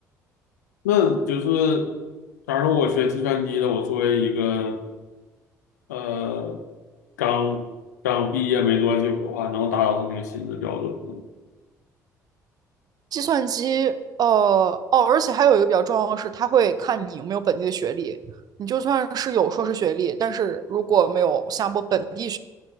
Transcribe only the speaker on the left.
那就是，假如说我学计算机的，我作为一个呃刚刚毕业没多久的话，能达到他那个薪资标准吗？